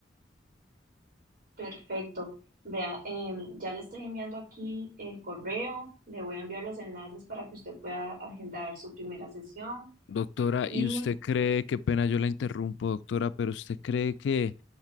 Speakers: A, on the right; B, on the left.
A: Perfecto. Vea, em, ya le estoy enviando aquí el correo, le voy a enviar los enlaces para que usted pueda agendar su primera sesión.
B: Doctora,
A: Y
B: ¿y usted cree, qué pena yo la interrumpo, doctora, pero usted cree que,